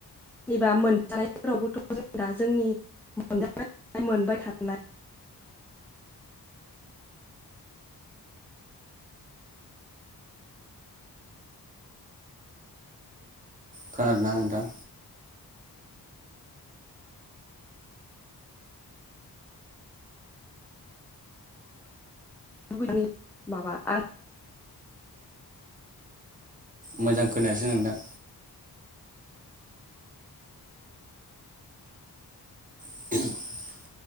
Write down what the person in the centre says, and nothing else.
निबा मोनजानायफोरावबोथ' जों दा जोंनि मोनजाबाय थानाय मोनबाय थानाय
गुबनि माबा आं